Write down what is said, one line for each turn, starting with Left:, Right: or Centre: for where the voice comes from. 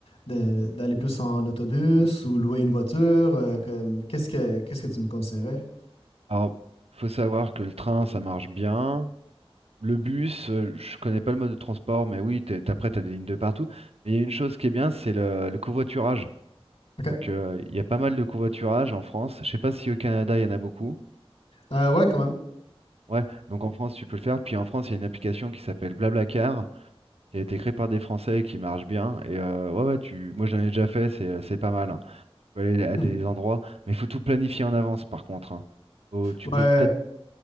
Left: de- d'aller plus en autobus ou louer une voiture? euh, comme- qu'est-ce que qu'est-ce que tu me conseillerais?
Right: Alors, faut savoir que le train, ça marche bien. Le bus, euh, je connais pas le mode de transport, mais oui, t'es- t'as après, t'as des lignes de partout. Mais il y a une chose qui est bien, c'est le, le covoiturage.
Left: OK.
Right: Donc, euh, il y a pas mal de covoiturage en France. Je sais pas si au Canada, il y en a beaucoup.
Left: Euh, ouais, quand même.
Right: Ouais, donc en France, tu peux le faire. Puis en France, il y a une application qui s'appelle BlaBlaCar, qui a été créée par des Français et qui marche bien. Et euh, ouais, ouais, tu... moi, j'en ai déjà fait, c'est c'est pas mal. hein. Tu peux aller à
Left: Hmm.
Right: des endroits, mais il faut tout planifier en avance, par contre. hein. Faut- tu
Left: Ouais,
Right: peux peut-être